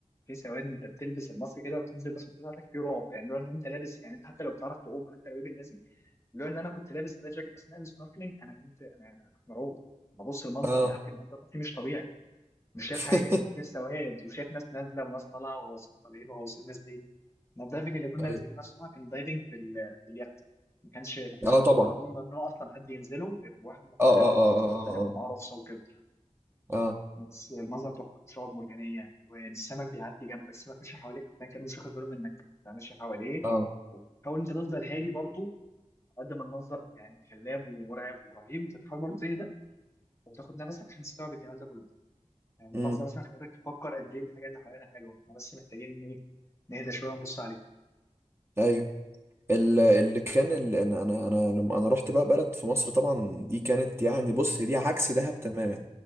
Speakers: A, on the left; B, on the right.
A: في سواد انت بتلبس الماسك كده وبتنزل بس بتاعتك في رعب يعني لو ان انت لابس يعني انت حتى لو بتعرف تعوم حتى لو ايه باللذي لو ان انا كنت لابس لايف جاكيت اثناء السنوركلينج انا كنت انا كنت مرعوب ببص المنظر
B: اه
A: تحت المنظر تحت مش طبيعي مش شايف
B: <laughs>
A: حاجة أنا شايف سواد وشايف ناس نازلة وناس طالعة وغواصين طالعين وغواصين نازلين ما الدايفنج اللي كنا
B: ايوه
A: نازلين الصراحة كان دايفنج في ال- في اليخت ما كانش ما كانش
B: اه
A: في
B: طبعا
A: البلو هول البلو هول ممنوع أصلا حد ينزله غير بواحد محترف
B: اه اه
A: غواص محترف
B: اه
A: ومعاه رخصة وكده
B: اه اه اه
A: بس المنظر تحفة شعاب مرجانية ألوان السمك بيعدي جنبك السمك ماشي حواليك حرفيا كان مش واخد باله منك أنت ماشي حواليه
B: اه
A: وحاول أنت تفضل هادي برضه على قد ما المنظر يعني خلاب ومرعب ورهيب أنت تحاول برضه تهدى وتاخد نفسك عشان تستوعب الجمال ده كله يعني
B: امم
A: اللحظة مثلا خلتك تفكر قد إيه الحاجة اللي حوالينا حلوة إحنا بس محتاجين إيه نهدى شوية ونبص عليها
B: ايوه ال- اللي كان ال- انا انا انا لما انا رحت بقى بلد في مصر طبعا دي كانت يعني بص هي دي عكس دهب تماما